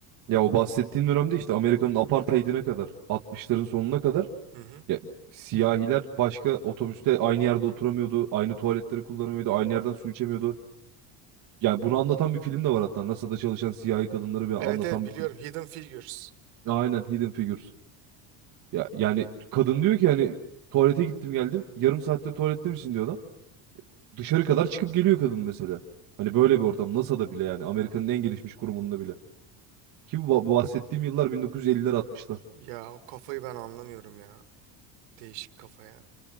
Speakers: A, on the right; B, on the right.
A: Ya o bahsettiğin dönemde işte Amerika'nın apartheidine kadar, altmışların sonuna kadar
B: Hı hı.
A: ya siyahiler başka otobüste aynı yerde oturamıyordu, aynı tuvaletleri kullanamıyordu, aynı yerden su içemiyordu. Yani bunu anlatan bir film de var hatta. NASA'da çalışan siyahi kadınları bir anlatan
B: Evet evet biliyorum
A: bir film.
B: Hidden Figures.
A: Aynen Hidden Figures. Ya yani kadın diyor ki hani tuvalete gittim geldim. Yarım saattir tuvalette misin diyor adam. Dışarı kadar çıkıp geliyor kadın mesela. Hani böyle bir ortam NASA'da bile yani Amerika'nın en gelişmiş kurumunda bile. Ki bu bu bahsettiğim yıllar 1950'ler 60'lar.
B: Ya o kafayı ben anlamıyorum ya. Değişik kafa ya.